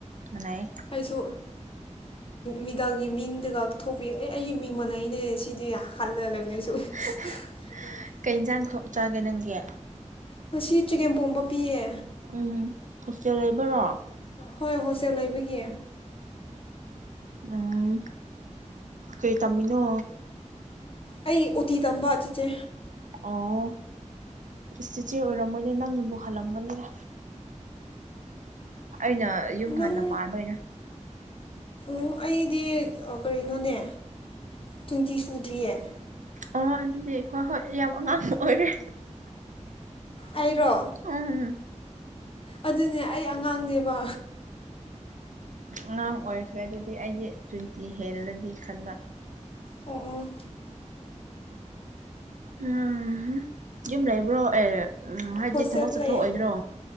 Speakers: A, on the right; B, on the left.
A: ꯃꯅꯥꯌꯦ
B: ꯑꯩꯁꯨ ꯃꯤꯗꯜꯒꯤ ꯃꯤꯡꯗꯨꯒ ꯊꯣꯛꯄꯤ ꯑꯦ ꯑꯩꯒꯤ ꯃꯤꯡ ꯃꯅꯩꯅꯦ ꯁꯤꯗꯤ ꯍꯜꯂꯂꯕꯅꯦ ꯑꯩꯁꯨ
A: <unintelligible>
B: <inaudible>
A: ꯀꯩ ꯌꯦꯟꯁꯥꯡ ꯊꯣꯛꯆꯒꯦ ꯅꯪꯒꯤ
B: ꯉ ꯆꯤꯀꯦꯝ ꯄꯣꯝꯕ ꯄꯤꯌꯦ
A: ꯎꯝ ꯍꯣꯁꯇꯦꯜ ꯂꯩꯕꯔꯣ
B: ꯍꯣꯏ ꯍꯣꯁꯇꯦꯜ ꯂꯩꯕꯒꯤ
A: ꯎꯝ ꯀꯩ ꯇꯝꯃꯤꯅꯣ
B: ꯑꯩ ꯑꯣꯇꯤ ꯇꯝꯕ ꯆꯤꯆꯦ
A: ꯑꯣ ꯆꯤꯆꯦ ꯑꯣꯏꯔꯝꯃꯣꯏꯅꯦ ꯅꯪꯅꯕꯨ ꯍꯜꯂꯝꯒꯅꯤꯗ ꯑꯩꯅ ꯌꯨꯝ ꯉꯟꯅ
B: ꯅꯪ
A: ꯄꯥꯟꯕꯩꯅ‌ꯦ
B: ꯑꯣ ꯑꯩꯗꯤ ꯀꯔꯤꯅꯣꯅꯦ ꯇ꯭ꯋꯦꯟꯇꯤ ꯁꯨꯗ꯭ꯔꯤꯌꯦ
A: ꯑ ꯑꯗꯨꯗꯤ ꯍꯣꯏ ꯍꯣꯏ ꯌꯥꯝ ꯑꯉꯥꯡ ꯑꯣꯏꯔꯦ
B: ꯑꯩꯔꯣ
A: ꯎꯝ
B: ꯑꯗꯨꯅꯦ ꯑꯩ ꯑꯉꯥꯡꯅꯦꯕ
A: ꯑꯉꯥꯡ ꯑꯣꯏꯈ꯭ꯔꯦ ꯑꯗꯨꯗꯤ ꯑꯩꯗꯤ ꯇ꯭ꯋꯦꯟꯇꯤ ꯍꯦꯜꯂꯗꯤ ꯈꯟꯕ
B: ꯑꯣ ꯑꯣ
A: ꯎꯝ ꯌꯨꯝ ꯂꯩꯕ꯭ꯔꯣ ꯑꯦ ꯎꯝ ꯍꯥꯏꯗꯤ
B: ꯍꯁꯦꯠ
A: ꯊꯕꯛ ꯆꯠꯊꯣꯛꯑꯣꯏꯗ꯭ꯔꯣ
B: ꯂꯩꯌꯦ